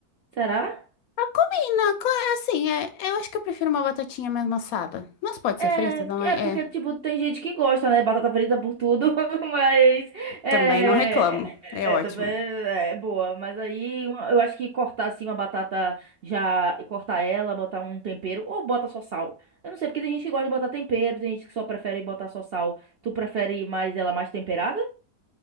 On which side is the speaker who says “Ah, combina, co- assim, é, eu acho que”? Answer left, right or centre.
Left